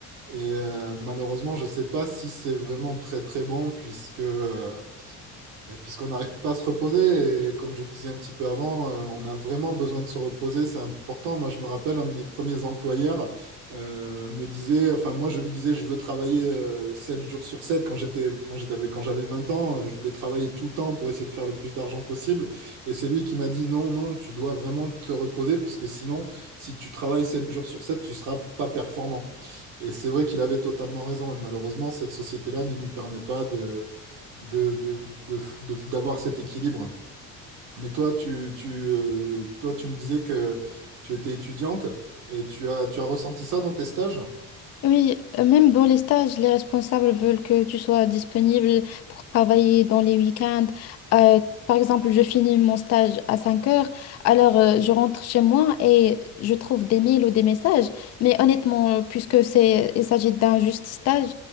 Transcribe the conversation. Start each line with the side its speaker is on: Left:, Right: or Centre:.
Right: Et euh, malheureusement, je sais pas si c'est vraiment très très bon puisque euh, Bah, Puisqu'on n'arrive pas à se reposer, et comme je le disais un petit peu avant, euh, on a vraiment besoin de se reposer, c'est important. Moi, je me rappelle, un de mes premiers employeurs euh, me disait, enfin, moi, je lui disais, je veux travailler euh, 7 jours sur sept quand j'étais, quand j'avais, quand j'avais 20 ans, euh, je voulais travailler tout le temps pour essayer de faire le plus d'argent possible. Et c'est lui qui m'a dit, non, non, tu dois vraiment te reposer, puisque sinon, si tu travailles 7 jours sur 7, tu seras pas performant. Et c'est vrai qu'il avait totalement raison. Et malheureusement, cette société-là ne nous permet pas de, de- de- de- d'avoir cet équilibre. Mais toi, tu, tu, euh, toi, tu me disais que tu étais étudiante et tu as, tu as ressenti ça dans tes stages?
Left: Oui, euh, même dans les stages, les responsables veulent que tu sois disponible pour travailler dans les week-ends. Euh, par exemple, je finis mon stage à 5 heures, alors euh, je rentre chez moi et je trouve des mails ou des messages. Mais honnêtement, euh, puisque c'est, il s'agit d'un juste stage,